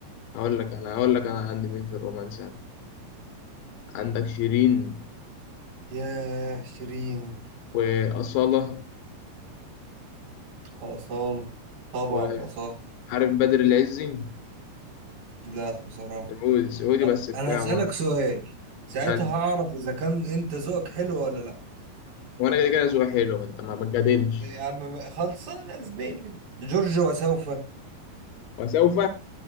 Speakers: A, on the left; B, on the right.
A: هقول لك انا هقول لك انا عندي مين في الرومانس انا عندك شيرين
B: ياه شيرين
A: وأصالة
B: أصالة طبعا
A: وعارف
B: أصالة
A: بدر العزي
B: لا بصراحة
A: سعودي سعودي
B: طب
A: بس بتاع
B: أنا هسألك
A: برضه
B: سؤال ساعتها
A: يعني
B: هعرف إذا كان أنت ذوقك حلو ولا لا
A: وانا كده كده ذوقي حلو انت ما بتجادلش
B: يا عم خلصانة يا زميلي جورج وسوف
A: وسوف